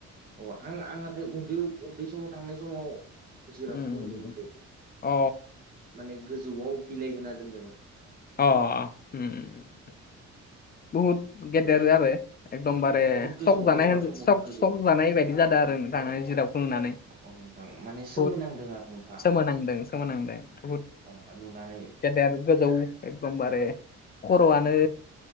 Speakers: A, on the right; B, on the left.
A: अ आं आं नाथाय उन्दै उन्दै समाव थांनाय समाव जिराफखौ
B: उम उम,
A: नुदोंमोन
B: उम.
A: दै।
B: अ।
A: माने गोजौआव बिलाइ होना दोनदोंमोन।
B: अ उम उम उम बहुत गेदेर
A: माने
B: आरो एकदमबारे
A: बहुद गोजौ
B: सक जानाय
A: गोजौआथ'
B: सक
A: बहुद गोजौ
B: जानाय बायदि जादों आरो न थाङा जिराव बुंनानै
A: अ नोंथां माने सोमोनांदों
B: बहुद
A: आरो नोंथाङा
B: सोमोनांदों सोमोनांदों बहुद
A: अ नुनानै
B: गेदेर गोजौ एकदमबारे खर'आनो